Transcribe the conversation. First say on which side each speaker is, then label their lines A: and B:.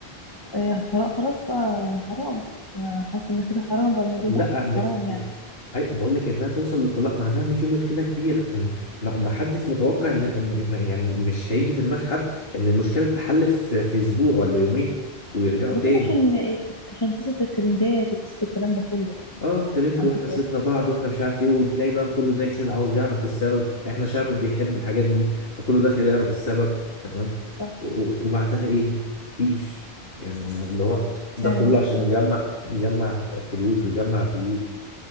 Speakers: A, on the left (about 20°); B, on the left (about 65°).
A: إيه، طلاق خلاص بقى يعني حرام انا حاسه ان كده حرام بقى الموضوع
B: لا
A: دخل في
B: م...
A: الحرام يعني
B: م... اي بقول لك انها توصل للطلاق معناها ان في مشكله كبيره فما ما حدش متوقع ان م- يعني مش هيجي في دماغ حد ان المشكله تتحل في في اسبوع ولا يومين ويرجعوا
A: ده
B: تاني
A: كله عشان إيه؟ عشان قصه الترندات وقصه الكلام ده كله
B: اه ترند
A: على
B: واحنا
A: فكره
B: سيبنا بعض واحنا مش عارف ايه وتلاقي بقى كله داخل عاوز يعرف السبب احنا شعب بيحب الحاجات دي فكله داخل يعرف السبب تمام
A: صح
B: و- و- وبعدها ايه مفيش يعني اللي هو ده
A: فعلا
B: كله عشان
A: هي-
B: يجمع يجمع فلوس ويجمع فيوز